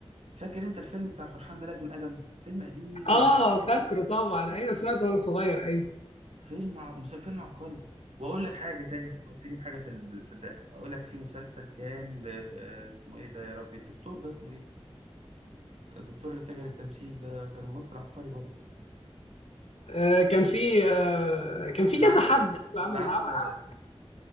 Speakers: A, on the right; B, on the left.
A: فاكر انت الفيلم بتاع فرحان ملازم ادم فيلم قديم
B: اه فاكره طبعا ايوه سمعته وانا صغير ايوه
A: فيلم ع... مس- فيلم عبقري واقول لك حاجه تاني فكرتني بحاجه تل- صدقني اقول لك في مسلسل كان ل... آه، اسمه ايه ده يا ربي الدكتور ده اسمه ايه الدكتور اللي اتجه للتمثيل ده كان ممثل عبقري برضه
B: آه كان في آه كان في
A: اللي
B: كذا
A: عمل
B: حد عمل
A: اللي عمل
B: معاه عمل-
A: آه،